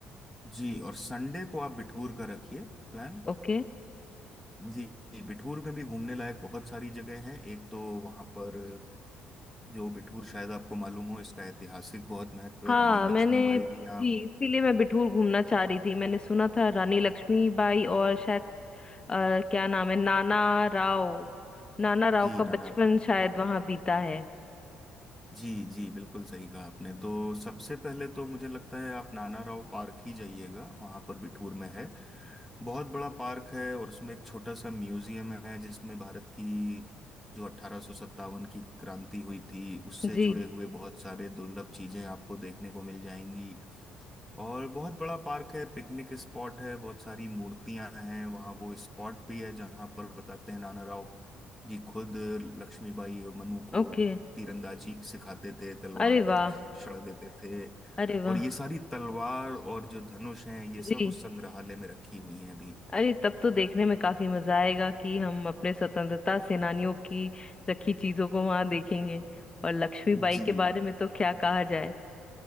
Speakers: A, in the centre; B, on the left.
A: जी और संडे को आप बिठूर का रखिए प्लान
B: ओके
A: जी जी, बिठूर में भी घूमने लायक बहुत सारी जगह हैं एक तो वहाँ पर जो बिठूर शायद आपको मालूम हो इसका ऐतिहासिक बहुत महत्व
B: हाँ
A: है रानी
B: मैंने
A: लक्ष्मीबाई
B: जी
A: भी यहाँ
B: इसीलिए मैं बिठूर घूमना चाह रही थी मैंने सुना था रानी लक्ष्मीबाई और शायद अ, क्या नाम है नाना राव नाना राव
A: जी
B: का बचपन
A: ना
B: शायद वहां बीता है
A: जी जी बिल्कुल सही कहा आपने तो सबसे पहले तो मुझे लगता है आप नाना राव पार्क ही जाइएगा वहाँ पर बिठूर में है बहुत बड़ा पार्क है और उसमें एक छोटा सा म्यूजियम है जिसमें भारत की जो अठारह सत्तावन की क्रांति हुई थी उससे
B: जी
A: जुड़े हुए बहुत सारे दुर्लभ चीजें आपको देखने को मिल जाएंगी और बहुत बड़ा पार्क है पिकनिक स्पॉट है बहुत सारी मूर्तियां हैं वहाँ वो स्पॉट भी है जहाँ पर बताते हैं नाना राव जी खुद लक्ष्मीबाई और मनु को
B: ओके
A: तीरंदाजी सिखाते थे तलवार
B: अरे
A: का
B: वाह
A: प्रशिक्षण देते थे
B: अरे वाह
A: और ये सारी तलवार और जो धनुष हैं ये
B: जी
A: सब उस संग्रहालय में रखी हुई हैं अभी
B: अरे तब तो देखने में काफी मजा आएगा कि हम अपने स्वतंत्रता सेनानियों की रखी चीजों को वहां देखेंगे और लक्ष्मीबाई
A: जी
B: के बारे में तो क्या कहा जाए